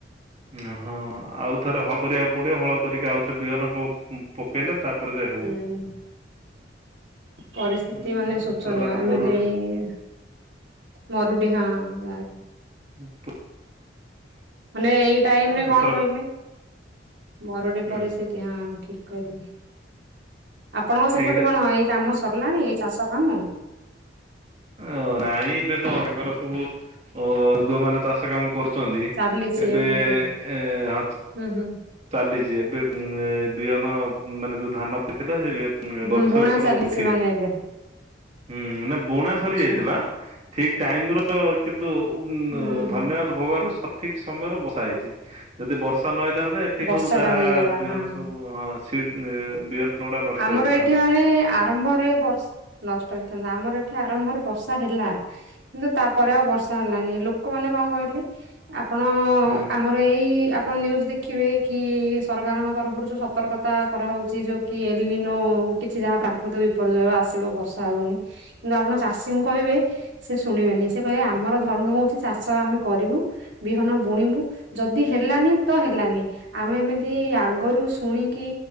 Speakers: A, on the right (about 40°); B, on the right (about 75°).
A: ଓ ହଁ ଆଉ ଥରେ ହଳ କରିବାକୁ ପଡିବ ହଳ କରିକି ଆଉଥରେ ବିହନ ପ-ପ ପକେଇଲେ ତାପରେ ଯାଇ ହବ।
B: ଉଁ ପରିସ୍ଥିତି
A: ହୁଁ
B: ମାନେ ଶୋଚନୀୟ
A: ପୁରା
B: ଏମିତି-ଇ-ଇ-ଇ
A: ମରୁଡି
B: ମରୁଡି ହଁ ଗାଁ ରେ।
A: ହଁଞ
B: ମାନେ ଏଇ ଟାଇମ ରେ କଣ
A: ଏଥର
B: କହିଲେ ମରୁଡି
A: ହୁଁ
B: ପରିସ୍ଥି ତି ହଁ ଠିକ କହିଲେ ଆପଣଙ୍କର ସେପଟେ
A: ଏଇଟା
B: କଣ ଏଇ କାମ ସ ସରିଲାଣି ଏଇ ଚାଷ କାମ?
A: ଓ ନାଇଁ ଏବେ ତ ତାଙ୍କର ସବୁ ଅ-ଅ-ଅ ଯୋଉମାନେ ଚାଷ କାମ କରୁ ଛନ୍ତି
B: ଚାଲିଛି
A: ଏବେ-ଏ
B: ଏମିତି
A: ଏ-ଏ-ଏ
B: ହୁଁ ହୁଁ।
A: ଚାଲିଛି ଏବେ ଉ-ଉ-ଉ ଏ ବିହନ ମାନେ ଯୋଉ ଧାନ ପିଥିଲା ସେ ମାନେ
B: ହୁଁ
A: ଗଛ
B: ବୁଣା
A: ଏ ପର୍ଯ୍ୟନ୍ତ
B: ଚାଲିଛି
A: ଉଠିନି
B: ମାନେ ଏବେ
A: ହୁଁ ନା ବୁଣା ସରି
B: ଆଚ୍ଛା
A: ଯାଇଥିଲା ଠିକ ଟାଇମ ର କିନ୍ତୁ ଉ-ଉ-ଉ
B: ହୁଁ ହୁଁ ହୁଁ
A: ଧନ୍ୟବାଦ ଭଗବାନଙ୍କୁ ସଠିକ ସମୟରେ ବର୍ଷା ହେଇଛି ଯଦି ବର୍ଷା ନ ହେଇଥାଆନ୍ତା ଠିକ୍
B: ବର୍ଷା
A: ସବୁ ଯାହା-ଆ-ଆ
B: ଟା ହେଇଗଲା
A: ବିହନ
B: ହଁ
A: ସବୁ ହଁ ସି ଏ-ଏ-ଏ ବିହନ ଗୁଡା ନଷ୍ଟ
B: ଆମର
A: ହେଇଯାଇଥାନ୍ତା।
B: ଏଇଠି ମାନେ-ଏ-ଏ-ଏ ଆରମ୍ଭରେ ବଷ ନଷ୍ଟ ହେଇଥାନ୍ତା ଆମର ଏଠି ଆରମ୍ଭରେ ବର୍ଷା ହେଲା। କିନ୍ତୁ ତାପରେ ଆଉ ବର୍ଷା ହେଲାନି। ଲୋକମାନେ କଣ କହିଲେ ଆପଣ-ଅ-ଅ-ଅ
A: ହୁଁ
B: ଆମର ଏଇ-ଇ-ଇ ଆ ପଣ ନ୍ୟୁଜ ଦେଖିବେ କି-ଇ-ଇ ସରକାରଙ୍କ ତରଫରୁ ଯୋଉ ସତର୍କତା କରାହେଉଛି ଯୋଉ କି ଏଲି ନୋ-ଓ-ଓ କିଛି ଯାହା ପ୍ରାକୃତିକ ବିପର୍ଯ୍ୟୟ ଆସିବ ବର୍ଷା ହବନି। କିନ୍ତୁ ଆପଣ ଚାଷୀଙ୍କୁ କହିବେ ସେ ଶୁଣିବେନି ସେ କହିବେ ଆମର ଧର୍ମ ହଉଛି ଚାଷ ଆମେ କରିବୁ ବିହନ ବୁଣିବୁ ଯଦି ହେଲାନି ତ ହେଲାନି ଆମେ ଏମିତି ଆଗରୁ ଶୁଣିକି